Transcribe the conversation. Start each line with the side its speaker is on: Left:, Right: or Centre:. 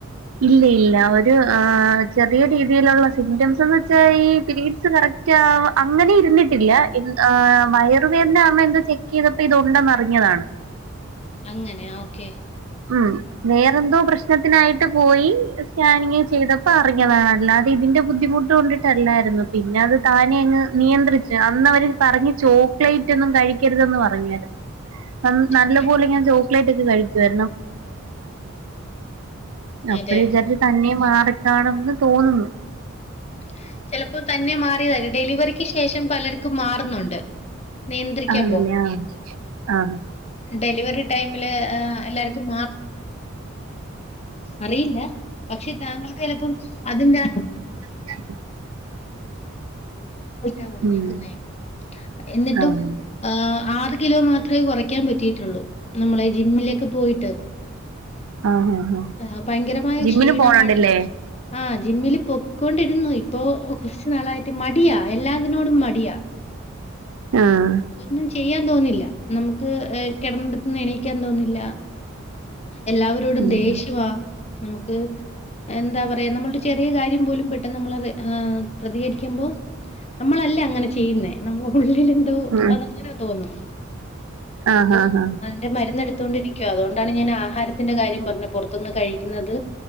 Right: ഇല്ല ഇല്ല ഒരു ആ ചെറിയ രീതിയിലുള്ള സിംറ്റംസ്ന്ന് വെച്ചാ ഈ പരീഡ്സ് കറക്റ്റ് അങ്ങനെ ഇരുന്നിട്ടില്ല് ഇൻ ആ വയറു വേദന ആമ എന്തോ ചെക്ക് ചെയ്തപ്പോ ഇത് ഒണ്ടാന്നറിഞ്ഞതാണ്
Left: അങ്ങനെയ ഓക്കെ
Right: ഉം വേറെന്തോ പ്രശ്നത്തിനായിട്ട് പോയി സ്കാനിങ് ചെയ്തപ്പോ അറിഞ്ഞതാണ് അല്ലാതെ അത ഇതിന്റെ ബുദ്ധിമുട്ട് കൊണ്ടിട്ടല്ലായിരുന്നു പിന്നെ അത് താനെ അങ്ങ് നിയന്ത്രിച്ച് അന്ന് അവര് പറ ചോക്ലേറ്റ് ഒന്നും കഴിക്കരുതെന്ന് പറഞ്ഞരുന്നു
Left: <inaudible> ചോക്ലേറ്റ്.
Right: നല്ല പോലെ ഞാൻ ചോക്ലേറ്റ് ഒക്കെ അപ്പോഴാ
Left: അതെ.
Right: വിചാരിച്ച തന്നെ മാറിക്കണെന്ന് തോന്നുന്നു
Left: <inaudible> ചിലപ്പോ തന്നെ മാറിയത ഡെലിവറിക്ക് ശേഷം പലർക്കും മാറുന്നുണ്ട് നിയന്ത്രിക്കുമ്പോ.
Right: ആണല്ലേ ആഹ് ആഹ്
Left: ഡെലിവറി ടൈമിൽ എല്ലാവർക്കും അറിയില്ല പക്ഷെ താങ്കൾക്ക് ചിലപ്പോ അതിന്റെ
Right: <inaudible>
Left: <unintelligible> വന്നേക്കുന്നേ
Right: ഉം
Left: എന്നിട്ടും
Right: ആഹ്
Left: ആ ആറ് കിലോ മാത്രമേ കുറയ്ക്കാൻ പറ്റിട്ടുള്ളൂ നമ്മളെ ജിമ്മിലെ ഇപ്പ പോയിട്ട്
Right: ആഹ് ആഹ് ആഹ്
Left: ആ ഭയങ്കരമായ
Right: ജിമ്മിന്
Left: ക്ഷീണമാണ്
Right: പോണണ്ടല്ലേ
Left: ആഹ ജിമ്മില് പൊക്കൊണ്ടിരുന്നു ഇപ്പൊ കുറച്ചു നാളായിട്ട് മടിയാ എല്ലാത്തിനോടും മടിയാ
Right: ആഹ്
Left: ഒന്നും ചെയ്യാൻ തോന്നില്ല നമുക്ക് കിടന്നിട്ട് എണീക്കാൻ തോന്നില്ല എല്ലാവരോടും
Right: ഉം
Left: ദേഷ്യവാ നമുക്ക് എന്താ പറയാ നമ്മളുടെ ചെറിയ കാര്യം പോലും പെട്ടെന്ന് നമ്മൾ അത് പ്രതികരിക്കുമ്പോൾ നമ്മളല്ലേ അങ്ങനെ ചെയ്യുന്നേ നമ്മള ഉള്ളിൽ അത് എന്തോ
Right: ഉം
Left: അതങ്ങനെ തോന്നും.
Right: ആഹ്
Left: ഇപ്പൊ
Right: ആഹ് ആഹ്
Left: അതിന്റെ മരുന്ന് ത്തണ്ടിരിക്കുവ അതുകൊണ്ടാണ് ഞാൻ എടുത്തു കൊണ്ടിരിക്കുവാ ആഹാരത്തിന്റെ കാര്യം പറഞ്ഞ പുറത്തനിന്ന് കഴിക്കുന്നത്